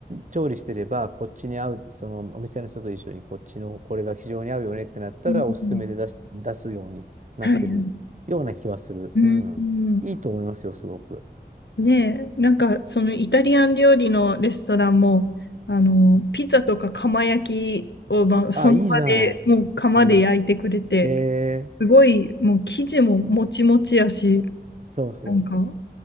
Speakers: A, on the right (about 45°); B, on the left (about 80°).
A: 調理してれば、こっちに合う、そのお店の人と一緒にこっちのこれが非常に合うよねってなったら、
B: うんうん
A: おすすめで出し、出すようになってるような気はする。
B: はいうん、
A: うん。
B: うん
A: いいと思いますよ、すごく。
B: ねえ、
A: うん
B: なんかそのイタリアン料理のレストランも、あの、ピザとか釜焼きを、まあ、その場でもう釜で焼いてくれて、
A: あ、いいじゃない。うん。へえ、
B: すごいもう生地ももちもちやし、
A: そうそう。
B: なんか、